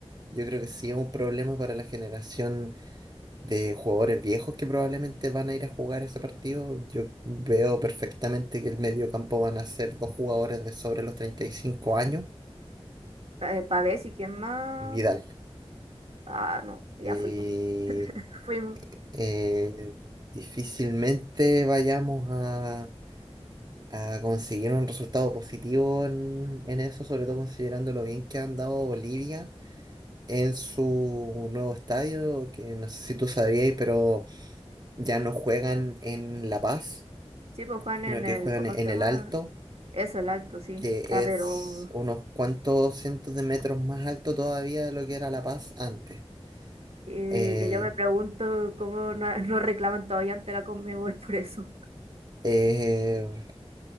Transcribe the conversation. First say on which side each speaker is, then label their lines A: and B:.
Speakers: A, on the right (about 40°); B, on the right (about 70°).
A: yo creo que sí es un problema para la generación de jugadores viejos que probablemente van a ir a jugar ese partido. Yo veo perfectamente que el mediocampo van a ser dos jugadores de sobre los 35 años
B: Eh, Pavés y quién más.
A: y Vidal.
B: Ah, no, ya
A: Eh,
B: fuimos. Fuimos.
A: eh, difícilmente vayamos a, a conseguir un resultado positivo en, en eso, sobre todo considerando lo bien que ha andado Bolivia en su nuevo estadio, que no sé si tú sabías, pero ya no juegan en La Paz,
B: Sí, pues Juan
A: sino
B: en
A: que
B: el,
A: juegan
B: ¿cómo
A: en
B: se llama?
A: El Alto,
B: Eso, el acto, sí.
A: que
B: Está,
A: es
B: pero
A: unos cuantos cientos de metros más alto todavía de lo que era La Paz antes.
B: eh,
A: Eh,
B: que yo me pregunto cómo no, no reclaman todavía ante la Conmebol por eso.
A: eh,